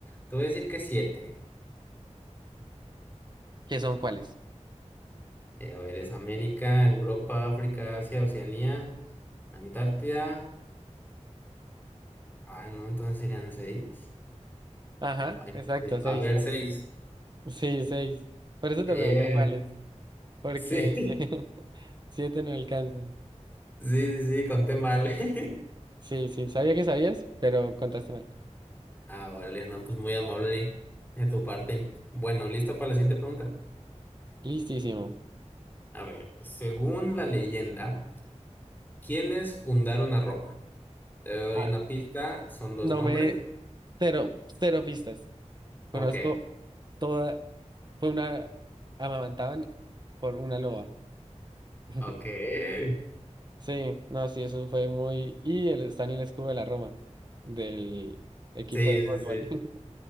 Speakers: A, on the left (about 15°); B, on the right (about 35°).
A: te voy a decir que siete.
B: ¿Qué son cuáles?
A: Eh, a ver, es América, Europa, África, Asia, Oceanía, Antártida. Ah, no, entonces serían seis.
B: Ajá,
A: Ay,
B: exacto,
A: sí.
B: seis.
A: A ver, seis.
B: Sí, seis. Por eso te
A: Bien.
B: pregunté cuáles, porque
A: Sí, <laughs> sí,
B: <laughs> siete no alcanzan.
A: sí, sí, conté mal. <laughs>
B: Sí, sí, sabía que sabías, pero contaste mal.
A: Ah, vale, no, pues muy amable de tu parte. Bueno, listo para la siguiente pregunta.
B: Listísimo.
A: A ver, según la leyenda, ¿quiénes fundaron a Roma? Te doy
B: Ah,
A: una pista, son dos
B: no
A: nombres.
B: me... Cero, cero pistas. Conozco
A: Ok,
B: toda... Fue una... Amamantaban por una loba. <laughs>
A: ok. Sí,
B: Sí, no, sí, eso fue muy... Y el- está en el escudo de la Roma, del equipo
A: sí,
B: de fútbol.
A: sí.
B: <laughs>